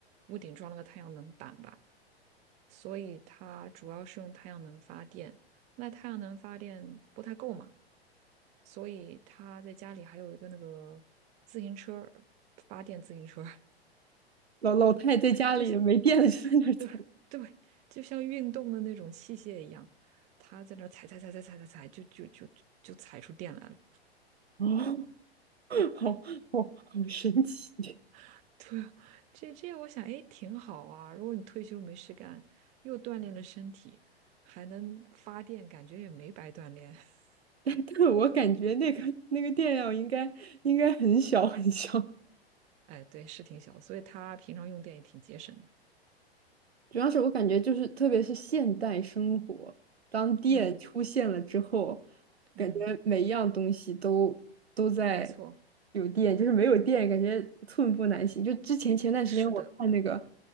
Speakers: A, on the right; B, on the right.
A: 屋顶，装了个太阳能板吧。所以它主要是用太阳能发电。那太阳能发电不太够嘛，所以他在家里还有一个那个自行车儿发电自行车儿
B: 老老太在家里没电了就在那儿踩，
A: <laughs> 就是对对，就像运动的那种器械一样，他在那儿踩踩踩踩踩踩踩，就就就就踩出电来了。
B: <laughs> 哦，好好好神奇。
A: <laughs> 对啊，这这样我想，哎，挺好啊。如果你退休没事干，又锻炼了身体，还能发电，感觉也没白锻炼。<laughs>
B: <laughs> 我感觉那个那个电量应该应该很小很小，<laughs>
A: 哎，对，是挺小的，所以他平常用电也挺节省的。
B: 主要是我感觉就是特别是现代生活，当电出现了之后，
A: 嗯嗯，
B: 感觉每一样东西都都在
A: 没错，
B: 有电，就是没有电感觉寸步难行。就之前前段时间我看那个
A: 是的。